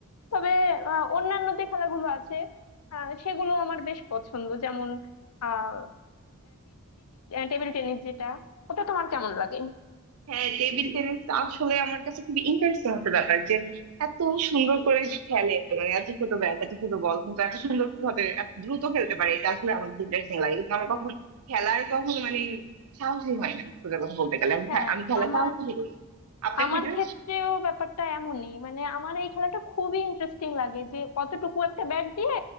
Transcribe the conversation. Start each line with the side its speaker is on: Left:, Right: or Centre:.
Left: তবে আহ, অন্যান্য যে খেলাগুলো আছে আহ, সেগুলো আমার বেশ পছন্দ যেমন আহ টেবিল টেনিস যেটা ওটা তোমার কেমন লাগে
Right: হ্যাঁ টেবিল টেনিস আসলে আমার কাছে খুবই ইন্টারেস্টিং একটা ব্যাপার যে এত সুন্দর করে যে খেলে মানে এত ছোট ব্যাট এত ছোট বল কিন্তু এত সুন্দর ভাবে এত দ্রুত খেলতে পারে এটা আসলে আমার ইন্টারেস্টিং লাগে কিন্তু আমার কখন খেলার কখনো মানে সাহসই হয় না সোজা কথা বলতে গেলে আমি
Left: হ্যাঁ
Right: খে- আমি খেলা
Left: আমার
Right: সাহসই করি আপনার
Left: আমার
Right: ক্ষেত্রে
Left: ক্ষেত্রেও ব্যাপারটা এমনই মানে আমার এই খেলাটা খুবই ইন্টারেস্টিং লাগে যে অতটুকু একটা ব্যাট দিয়ে